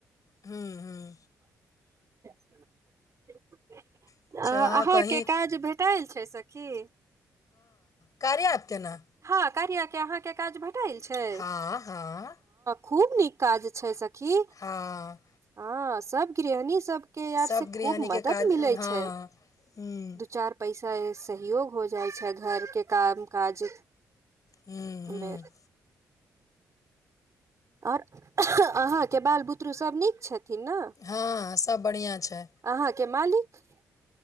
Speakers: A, on the left (about 50°); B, on the right (about 45°).
A: ह्म्म ह्म्म
B: <inaudible>
A: अच्छा
B: अहाँके
A: अहाँ कहीँ
B: काज भेटल छै सखी
A: कार्य ऐप के न
B: कार्य के काज आहाँ के भेटाइल छैय
A: हँ हँ
B: खूब नीक काज छै सखी
A: हँ
B: ह सब गृहणी सब के यार
A: सभ
B: से
A: गृहिणीके
B: खूब मदद
A: काज
B: मिलै
A: हँ
B: छै
A: ह्म्म
B: दू चार पैसा से सहयोग हो जाइ छै घरके काम काज
A: हूँ हूँ
B: मे आओर अहाँके बाल बुतरू सभ नीक छथि एथिन न
A: हँ सभ बढ़िआँ छै
B: अहाँके मालिक